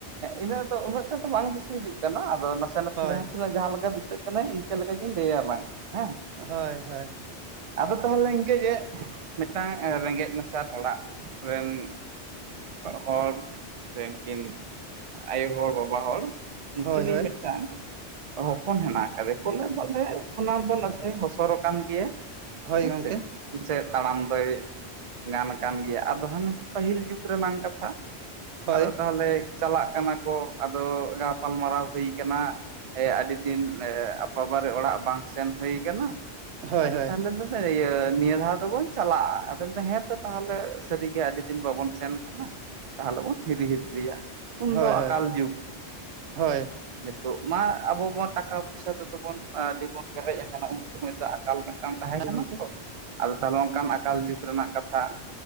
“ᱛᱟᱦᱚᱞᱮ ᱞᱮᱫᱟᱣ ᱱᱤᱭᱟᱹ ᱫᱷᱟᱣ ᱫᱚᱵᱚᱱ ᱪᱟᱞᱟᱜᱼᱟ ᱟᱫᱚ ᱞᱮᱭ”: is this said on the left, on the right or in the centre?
Right